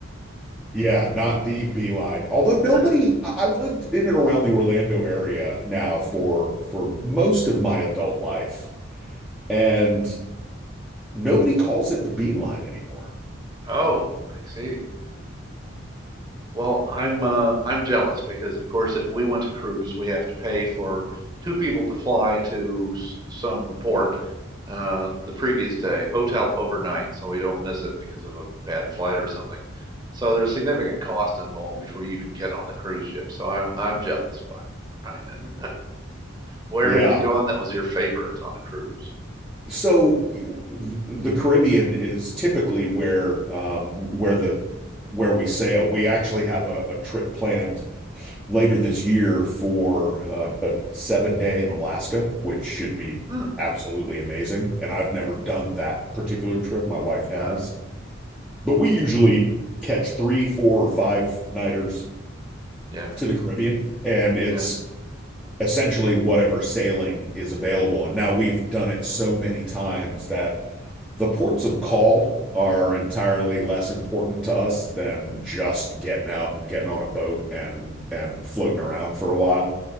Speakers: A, in the centre; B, on the right.
A: yeah, not the Beeline. Although nobody,
B: <clears throat>
A: I've lived in and around the Orlando area now for for most of my adult life, and nobody calls it the Beeline anymore.
B: Oh, I see. Well, I'm uh, I'm jealous because, of course, if we want to cruise, we have to pay for two people to fly to s- some port uh, the previous day, hotel overnight, so we don't miss it because of a bad flight or something. So there's significant cost involved before you even get on the cruise ship. So I'm I'm jealous, Byron. <laughs> Brian, where
A: Yeah,
B: have you gone that was your favorite on a cruise?
A: So the Caribbean is typically where um, where the where we sail. We actually have a, a trip planned later this year for uh, a seven day in Alaska, which should be
B: Huh,
A: absolutely amazing. And I've never done that particular trip. My wife
B: no,
A: has, but we usually catch three, four, or five nighters
B: yeah,
A: to the Caribbean, and it's
B: yeah,
A: essentially whatever sailing is available. And now we've done it so many times that the ports of call are entirely less important to us than just getting out and getting on a boat and and floating around for a while.